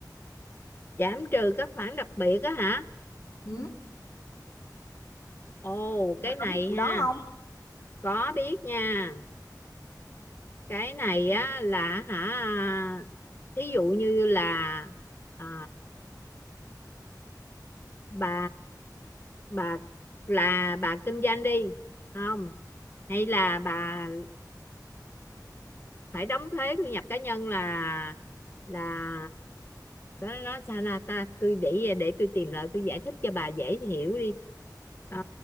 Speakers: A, on the left (about 30°); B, on the left (about 55°).
A: giảm trừ các khoản đặc biệt á hả
B: Ừ.
A: Ồ,
B: Bà
A: cái này
B: có biết vụ
A: ha,
B: đó không?
A: có biết nha. Cái này á là hả à, thí dụ như là à, bà bà là bà kinh doanh đi không hay là bà phải đóng thuế thu nhập cá nhân là là nó nó sao là ta tôi để để tôi tìm lại tôi giải thích cho bà dễ hiểu đi Ờ,